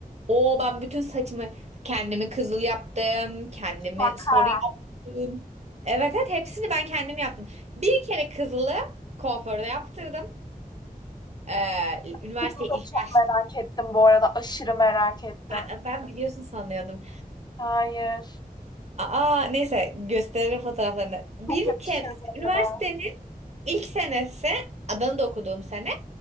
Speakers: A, on the right; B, on the left.
A: Oo ben bütün saçımı kendimi kızıl yaptım. Kendimi
B: Bak
A: sarı
B: ha.
A: yaptım. Evet evet hepsini ben kendim yaptım. Bir kere kızılı kuaförde yaptırdım. Ee, üniversiteye
B: Kızıl da
A: ilk
B: çok
A: başladım.
B: merak ettim bu arada. Aşırı merak ettim.
A: Ben, ben biliyorsun sanıyordum.
B: Hayır.
A: Aa neyse gösteririm fotoğraflarını. Bir
B: Çok yakışır
A: kere
B: bu
A: üniversitenin
B: arada.
A: ilk senesi Adana'da okuduğum sene.